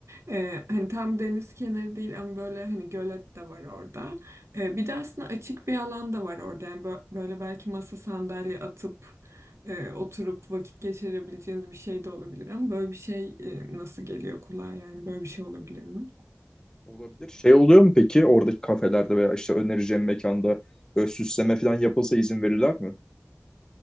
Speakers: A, on the right (about 75°); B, on the left (about 15°).
A: Ee, hani tam deniz kenarı değil ama böyle hani gölet de var orada. Ee, bir de aslında açık bir alan da var orada. Yani bö- böyle belki masa sandalye atıp e, oturup vakit geçirebileceğiniz bir şey de olabilir ama böyle bir şey e, nasıl geliyor kulağa yani böyle bir şey olabilir mi?
B: Olabilir. Şey oluyor mu peki oradaki kafelerde veya işte önereceğim mekanda böyle süsleme falan yapılsa izin verirler mi?